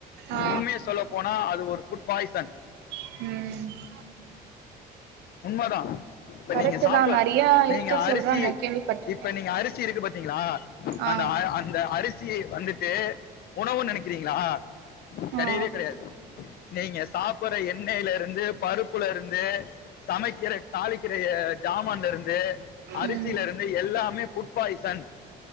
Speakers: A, on the right (about 80°); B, on the left (about 65°).
A: ஆ
B: உண்மைய சொல்ல போனா அது ஒரு ஃபுட் பாய்சன்
A: ம்
B: உண்மதா இப்ப
A: கரெக்ட்
B: நீங்க சாப்
A: தா நெறையா இருக்கு
B: நீங்க அரிசி
A: சொல்றாங்க கேள்விப்பட்ருக்கே
B: இப்ப நீங்க அரிசி இருக்கு பாத்தீங்களா
A: ஆ
B: அந்த அந் அந்த அரிசியை வந்துட்டு உணவு நெனைக்கிறீங்களா கெடையவே
A: ஆ
B: கெடையாது நீங்க சாப்பிட்ற எண்ணெயில இருந்து பருப்புல இருந்து சமைக்கிற தாளிக்கிற ஜாமான் இருந்து அரிசியில
A: ம்
B: இருந்து எல்லாமே ஃபுட் பாய்சன்